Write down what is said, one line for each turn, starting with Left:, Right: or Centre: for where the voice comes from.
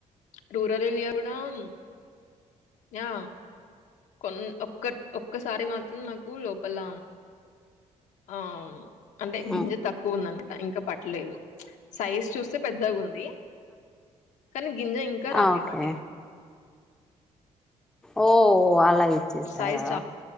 Left: రూరల్ <unintelligible> యా కొన్ ఒక్క ఒక్కసారి మా <unintelligible> లోపల ఆ అంటే గింజ
Centre: ఉమ్,
Left: తక్కువ ఉండండి ఇంకా పట్టలేదు సైజ్ చూస్తే పెద్దగా ఉంది ది కానీ గింజ ఇంకా రాలే
Centre: ఆ, ఓకే
Left: వాటి
Centre: ఓ అలా ఇచ్చేసారా
Left: సైజ్